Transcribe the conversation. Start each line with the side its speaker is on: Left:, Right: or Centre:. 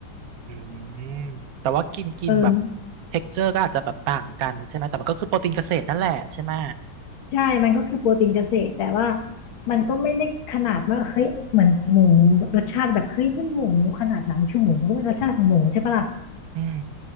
Right: อืมแต่ว่ากินกินแบบ
Left: เออ
Right: เท็กเจอร์ก็อาจจะแบบต่างกันใช่ไหมแต่มันก็คือโปรตีนเกษตรนั่นแหละใช่ไหม
Left: ใช่มันก็คือโปรตีนเกษตรแต่ว่ามันก็ไม่ได้ขนาดว่าเฮ้ยเหมือนหมูรสชาติแบบเฮ้ยนี่หมูขนาดนั้นคือหมูมันก็เป็นรสชาติของหมูใช่ปะล่ะ
Right: อืม